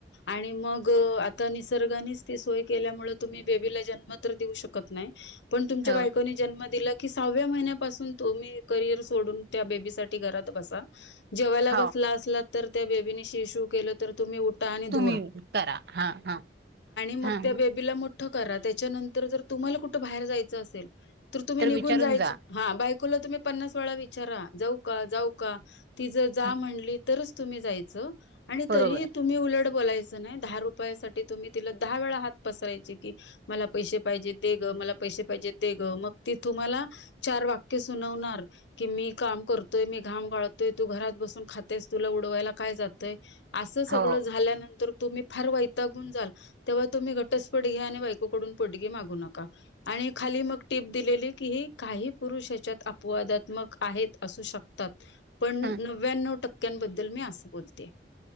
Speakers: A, on the left; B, on the right.
A: आणि मग आता निसर्गाने ती सोय केल्यामुळे तुम्ही बेबीला जन्म तर देऊ शकत नाही. पण तुमच्या
B: हो
A: बायकोनी जन्म दिला. सहाव्या महिन्यापासून तुम्ही करिअर सोडून त्या बेबीसाठी घरात बसा
B: हो
A: बसला असला तर त्या बेबी नि सु केलं तर तुम्ही उठा आणि
B: तुम्ही
A: धुवा
B: करा हा हा
A: मग
B: हा
A: त्या
B: हा
A: बेबीला कुठ करा त्याच्यानंतर जर तुम्हाला कुठे बाहेर जायचं असेल. तर तुम्ही निघून
B: विचारून
A: जायचं
B: जा
A: हा बाय? बायकोला तुम्ही पन्नास वेळा विचारा जाऊ का जाऊ का ती- जा
B: हा
A: म्हणली तरच तुम्ही जायचं. आणि
B: बरोबर
A: तरी तुम्ही उलट बोलायच नाही दहा रुपयासाठी तुम्ही तिला दहा वेळा हात पसरायची की मला पैसे पाहिजे दे ग मला पैसे पाहिजे दे ग मग ती तुम्हाला चार वाक्य सुनवणार की मी काम करतोय? मी घाम गाळतोय? तु घरात बसून खातेस तुला उडवायला काय जातय? असं सगळं
B: हो.
A: झाल्यानंतर. तुम्ही फार वैतागुण जाल तेव्हा तुम्ही घटस्पोट घ्या आणि बायकोकडून पोटगी मागू नका आणि खाली मग टीप दिलेली कि ही काही पुरुष हच्यात अपवादात्मक आहेत असू शकतात. पण
B: हं
A: नव्यानव टक्क्यांबद्दल मी असं बोलते